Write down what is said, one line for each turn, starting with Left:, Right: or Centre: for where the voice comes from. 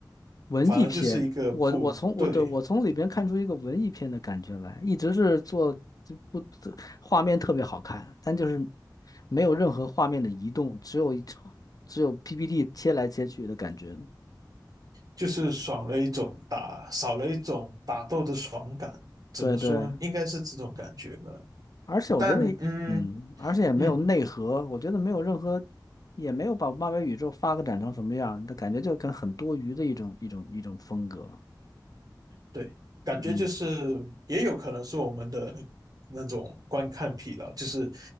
Left: 文艺片，
Right: 反而就是一个普，
Left: 我我从我对我从里边看出一个文艺片的感觉来，
Right: 对，
Left: 一直是做就不画面特别好看，但就是没有任何画面的移动，只有一只有 PPT 切来切去的感觉。
Right: 就是爽了一种打，少了一种打斗的爽感。怎么说？
Left: 对对，
Right: 应该是这种感觉吧。
Left: 而且我觉得也嗯，
Right: 但嗯
Left: 而且也没有内核，
Right: 嗯。
Left: 我觉得没有任何，也没有把漫威宇宙发展成什么样，的感觉就跟很多余的一种一种一种风格。
Right: 对，感觉就是
Left: 嗯，
Right: 也有可能是我们的那种观看疲劳，就是